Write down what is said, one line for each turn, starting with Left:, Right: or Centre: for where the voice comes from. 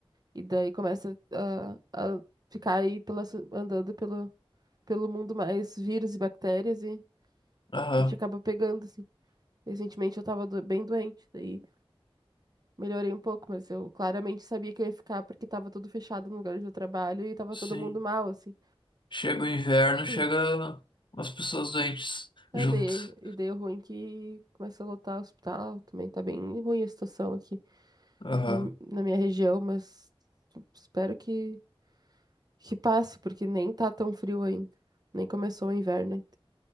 Right: e daí começa a, a ficar aí pela, so- andando pelo, pelo mundo mais vírus e bactérias e
Left: aham,
Right: a gente acaba pegando, assim. Recentemente eu tava do- bem doente, daí melhorei um pouco, mas eu claramente sabia que eu ia ficar porque tava tudo fechado no lugar onde eu trabalho e tava
Left: sim.
Right: todo mundo mal, assim.
Left: Chega o inverno,
Right: Hum.
Left: chega as pessoas doentes
Right: Aí
Left: junto.
Right: dei, e dei o ruim que começa a lotar o hospital, também tá bem ruim a situação aqui
Left: Aham,
Right: na, na minha região, mas espero que, que passe, porque nem tá tão frio ainda, nem começou o inverno ainda.